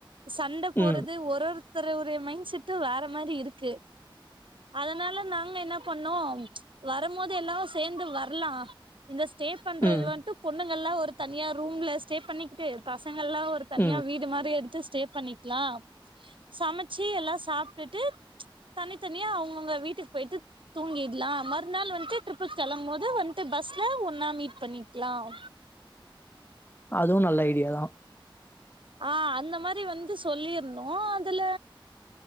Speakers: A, on the right; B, on the left.
A: சண்ட போர்றது
B: ம்,
A: ஒரு ஒருத்தர உடைய மைண்ட் செட்டு வேற மாரி இருக்கு அதனால நாங்க என்ன பண்ணோ வரம்போது எல்லார சேர்ந்து வர்லா இந்த ஸ்டே பண்றது
B: ம்,
A: வந்துட்டு பொண்ணுங்கள்லா ஒரு தனியா ரூம்ல ஸ்டே பண்ணிக்கிட்டு பசங்கள்லா ஒரு தனியா
B: ம்.
A: வீடு மாரி எடுத்து ஸ்டே பண்ணிக்லா சமச்சி எல்லா சாப்ட்டுட்டு தனித்தனியா அவுங்கவுங்க வீட்டுக்கு போயிட்டு தூங்கிட்லா மறுநாள் வந்துட்டு ட்ரிப்புக் கெளம் போது வந்துட்டு பஸ்ல ஒன்னா மீட் பண்ணிக்லாம்
B: அதுவு நல்ல ஐடியா தா
A: ஆ அந்த மாதிரி வந்து சொல்லிர்ணு அதுல